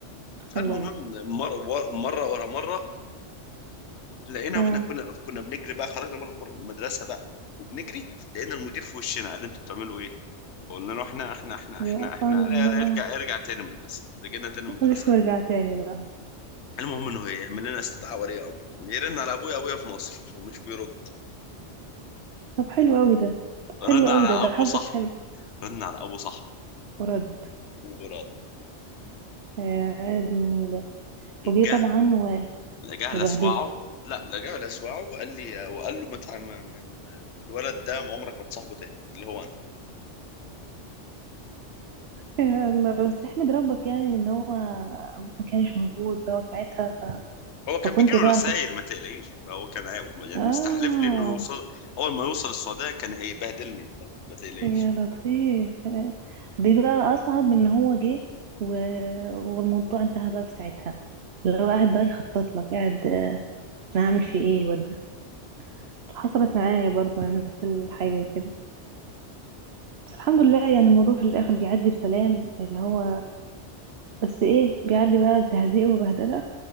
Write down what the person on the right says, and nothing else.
الله
آه.
يا
الله
ألف وارجع تاني بقى
طب حلو قوي ده طب حلو
قوي
ده ده
حظك
حلو
ورد
يا دي النيلة وجي
طبعا و-
وبهدلكوا
يا الله بس احمد ربك يعني ان هو ابوك ما كانش موجود بقى وساعتها ف...
فكنت
بقى
هت-
اه
يا لطيف دي بقى اصعب من ان هو جه و... والموضوع انتهى بقى في ساعتها لو قاعد بقى يخطط لك قاعد انا هعمل فيه ايه الواد ده بس حصلت معايا برضه نفس الحاجة كده بس الحمد لله يعني الموضوع في الآخر بيعدي بسلام اللي هو بس ايه بيعدي بقى بتهزيق وبهدلة